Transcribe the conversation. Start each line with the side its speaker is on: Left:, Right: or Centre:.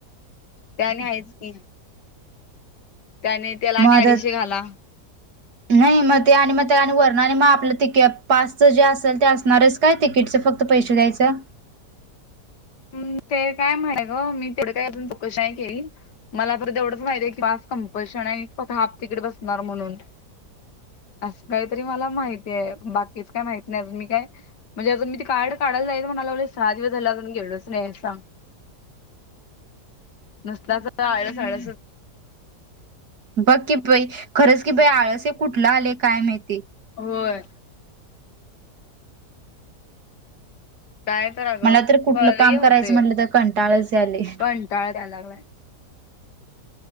Left: ते आणि आहेच की. त्याने त्याला आणि
Right: मग
Left: अडीचशे
Right: आता
Left: घाला.
Right: नाही मग ते, आणि मग ते आणि वरण आणि मग आपलं ते पासच जे असेल ते असणारच काय तिकीटचं फक्त पैसे द्यायचं.
Left: हम ते काय माहित ग. मी तेवढं काय अजून चौकशी नाही केली. मला परत ते एवढंच माहिती आहे की. पास कंप्लशन आहे फक्त हाफ तिकीट बसणार म्हणून, असं काहीतरी मला माहिती आहे. बाकीच काय माहीत नाही. अजून मी काय म्हणजे अजून मी ते कार्ड काढायला जायचं म्हणायला लागलोय. सहा दिवस झाल अजून गेलोच नाही. न्याय सांग. नुसता असं आळस आळसच
Right: बघ की, पई खरंच की, बाई आळस हे कुठलं आले काय माहितीय.
Left: होय. काय तर अगं.
Right: मला तर कुठलं
Left: मला लई
Right: काम
Left: हे होतंय,
Right: करायचं म्हटलं तर कंटाळच आले
Left: कंटाळाच याय लागलाय.